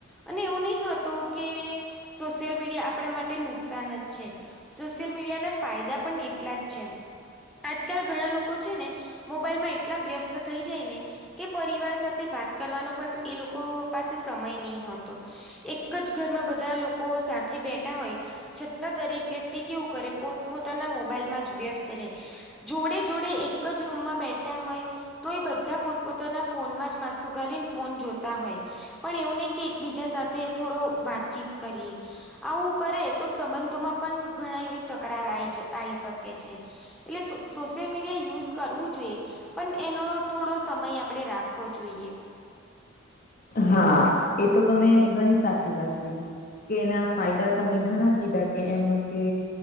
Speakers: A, in the centre; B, on the left.
A: અને એવું નહી હોતું કે સોશિયલ મીડિયા આપણે માટે નુકસાન જ છે. સોશિયલ મીડિયાના ફાયદા પણ એટલા જ છે. આજકાલ ઘણા લોકો છે ને મોબાઈલ એટલા વ્યસ્ત થઈ જાય ને કે પરિવાર સાથે વાત કરવાનો પણ એ લોકો પાસે સમય નહીં હોતો. એક જ ઘરમાં બધા લોકો સાથે બેઠા હોય છતાં દરેક વ્યક્તિ કેવું કરે પોત પોતાના મોબાઈલમાં જ વ્યસ્ત રે જોડે જોડે એક જ રૂમમાં બેઠ ઠા હોય તો એ બધા પોતપોતાના ફોન માં જ માથુ ગાળીને ફોન જોતા હોય પણ એવું નહી કે એકબીજા સાથે થોડો વાતચીત કરીએ આવું કરે તો સંબંધોમાં પણ ઘણા એવી તકરાર આઇ જ આઈ શકે કે છે એટલે સોશિયલ મીડિયા યુઝ કરવું જોઈએ પણ એનો થોડો સમય આપણે રાખવો જોઈએ
B: હા એ તો તમે ઘણી સાચી વાત કીધી કે એના ફાયદા તમે ઘણા કીધા કે એમ કે